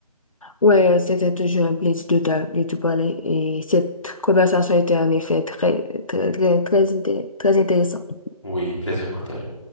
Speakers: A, on the left; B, in the centre.
A: Ouais, c'était toujours un plaisir de te, de te parler et cette conversation était en effet très, très,
B: Mm.
A: très, très, inté- très intéressante.
B: Oui, plaisir partagé.